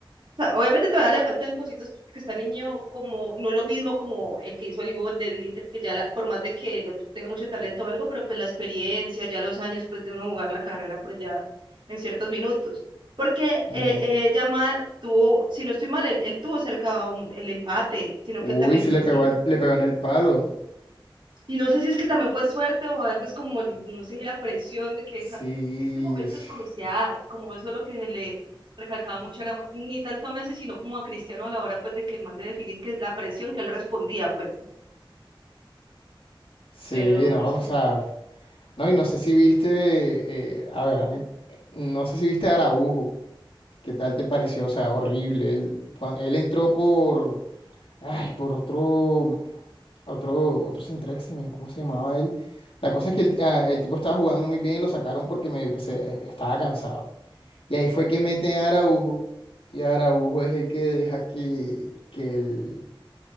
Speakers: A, on the right; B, on the left.
A: sea, obviamente todavía le faltan cositas porque está niño como, no lo mismo como el que hizo el gol del Inter, que ya la- por más de que el otro tenga mucho talento o algo, pero pues la experiencia, ya los años pues de uno jugar la carrera pues ya en ciertos minutos. Porque
B: Ujú.
A: eh, eh, Yamal tuvo, si no estoy mal, él, él tuvo cerca un, el empate, sino
B: Uy,
A: que también
B: sí
A: no sé
B: le
A: si
B: pegó al- le pegó en el palo.
A: y no sé si es que también fue suerte o a veces como, el- no sé, la presión de que
B: Sí,
A: esa- este momento
B: es-
A: es crucial, como eso es lo que se le recalcaba mucho, era ma- ni tanto a Messi, sino como a Cristiano a la hora pues de que el man de definir que es la presión que él respondía, pues,
B: sí,
A: pero
B: no,
A: eso,
B: o sea. No, y no sé si viste, eh, a ver, a mí, no sé si viste a Araujo, ¿qué tal te pareció? O sea, horrible. Él, cuan- él entró por, ay, por otro, otro, otro central, que se me- ¿cómo se llamaba él? La cosa es que el, ah, el tipo estaba jugando muy bien y lo sacaron porque medio que se estaba cansado. Y ahí fue que meten a Araujo, y Araujo es el que deja que, que el,